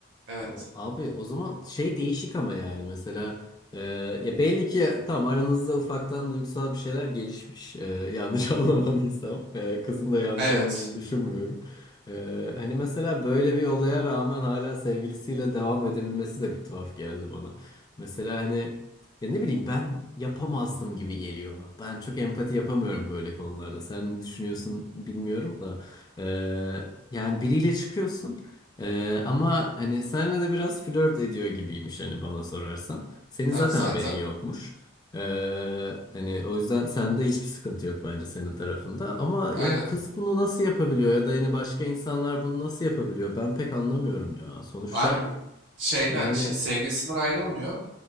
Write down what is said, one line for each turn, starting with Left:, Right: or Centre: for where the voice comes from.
Right: Evet.
Left: O- Abi o zaman şey değişik ama yani mesela e, ya belli ki tamam aranızda ufaktan duygusal bir şeyler gelişmiş E, yanlış <laughs> anlamadıysam E, kızın da yanlış
Right: Evet.
Left: anladığını düşünmüyorum. E, hani mesela böyle bir olaya rağmen hala sevgilisiyle devam edebilmesi de bir tuhaf geldi bana. Mesela hani ya ne bileyim ben yapamazdım gibi geliyor. Ben çok empati yapamıyorum böyle konularda. Sen ne düşünüyorsun bilmiyorum da E, yani biriyle çıkıyorsun. Ee, ama hani senle de biraz flört ediyor gibiymiş hani bana sorarsan. Senin
Right: Abi
Left: zaten
Right: zaten.
Left: haberin yokmuş. Ee, hani o yüzden sende hiçbir sıkıntı yok bence senin tarafında. Ama
Right: Aynen.
Left: ya kız bunu nasıl yapabiliyor ya da yani başka insanlar bunu nasıl yapabiliyor? Ben pek anlamıyorum ya. Sonuçta
Right: Abi şeyden
Left: yani...
Right: işte sevgilisinden ayrılmıyor.